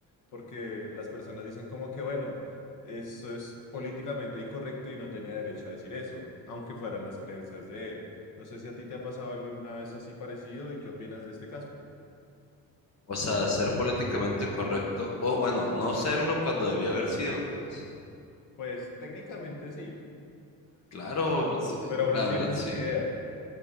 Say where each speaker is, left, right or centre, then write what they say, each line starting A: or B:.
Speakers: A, on the left; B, on the left.
A: porque las personas dicen como que, bueno, eso es políticamente incorrecto y no tenía derecho a decir eso, aunque fueran las creencias de él. No sé si a ti te ha pasado algo alguna vez así parecido y qué opinas de este caso.
B: O sea, ser políticamente correcto, o bueno, no serlo cuando debía haber sido, pues.
A: Pues técnicamente sí,
B: Claro, sí,
A: pero aún
B: la
A: así
B: verdad
A: eran
B: sí.
A: sus ideas,